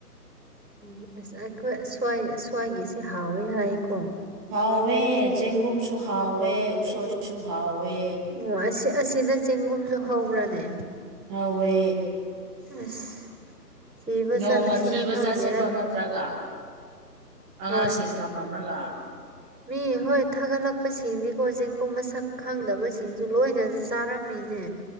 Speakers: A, on the right; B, in the centre.
A: ꯎꯝ ꯑꯁ ꯑꯩꯈꯣꯏꯁ꯭ꯋꯥꯏꯒꯤꯁꯤ ꯍꯥꯎꯋꯦ ꯍꯥꯏꯌꯦꯀꯣ
B: ꯍꯥꯎꯋꯦ ꯆꯦꯡꯒꯨꯝꯁꯨ ꯍꯥꯎꯋꯦ ꯎꯁꯣꯏꯁꯨ ꯍꯥꯎꯋꯦ
A: ꯑꯣ ꯑꯁꯤ ꯑꯁꯤꯗ ꯆꯦꯡꯒꯨꯝꯁꯨ ꯍꯧꯕ꯭ꯔꯅꯦ
B: ꯍꯧꯋꯦ
A: ꯑꯁ ꯊꯤꯕ
B: ꯅꯣꯡꯃ
A: ꯆꯠꯂꯁꯤꯔꯥ
B: ꯊꯤꯕ
A: ꯈꯪꯗꯦꯗ
B: ꯆꯥꯁꯤꯔꯣ ꯅꯠꯇ꯭ꯔꯒ ꯑꯉꯥꯡꯁꯤꯡ
A: ꯍꯣꯏ
B: ꯊꯝꯂꯝꯂꯒ
A: ꯃꯤ ꯍꯣꯏ ꯊꯥꯒꯠꯂꯛꯄꯁꯤꯡꯗꯤꯀꯣ ꯆꯦꯡꯒꯨꯝ ꯃꯁꯛ ꯈꯪꯗꯕꯁꯤꯡꯁꯨ ꯂꯣꯏꯅ ꯆꯥꯔꯝꯃꯤꯅꯦ